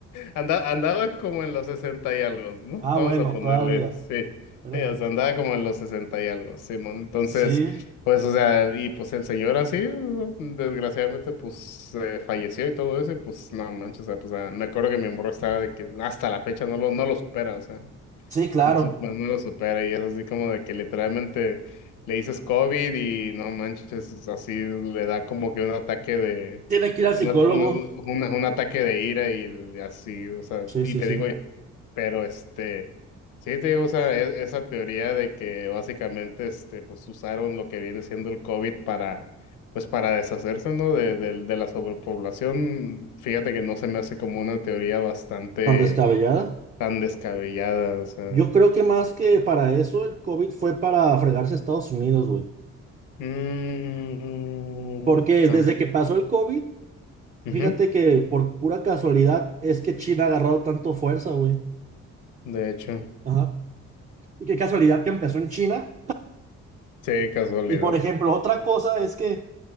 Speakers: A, on the left (about 85°); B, on the right (about 25°).
A: anda- andaba como en los 60 y algo, ¿no?
B: Ah,
A: Vamos
B: bueno,
A: a ponerle,
B: todavía.
A: sí,
B: Era-
A: sí, o sea, andaba como en los 60 y algo, Simón.
B: Sí,
A: Pues, o sea, y pues el señor así, ¿no? desgraciadamente, pues eh, falleció y todo eso, y pues no manches, o sea, pues, ah, me acuerdo que mi morro estaba de que hasta la fecha no lo, no lo supera, o sea
B: sí, claro.
A: no, sup- no no lo supera y es así como de que literalmente le dices COVID y no manches, es así le da como que un ataque de,
B: Tiene que ir al
A: un,
B: psicólogo.
A: at- una- una- un ataque de ira y l- así, o sea,
B: Sí,
A: y
B: sí,
A: te
B: sí.
A: digo, pero este, sí te digo, o sea, e- esa teoría de que básicamente, este, pues usaron lo que viene siendo el COVID para, pues para deshacerse, ¿no? De, del- de la sobrepoblación, fíjate que no se me hace como una teoría bastante
B: Tan descabellada.
A: tan descabellada, o sea.
B: Yo creo que más que para eso, el COVID fue para fregarse a Estados Unidos, güey.
A: Mm,
B: Porque
A: tam-
B: desde que pasó el COVID,
A: ujú,
B: fíjate que por pura casualidad es que China ha agarrado tanto fuerza, güey.
A: De hecho,
B: Ajá. Y qué casualidad que empezó en China.
A: sí, casualidad.
B: Y por ejemplo, otra cosa es que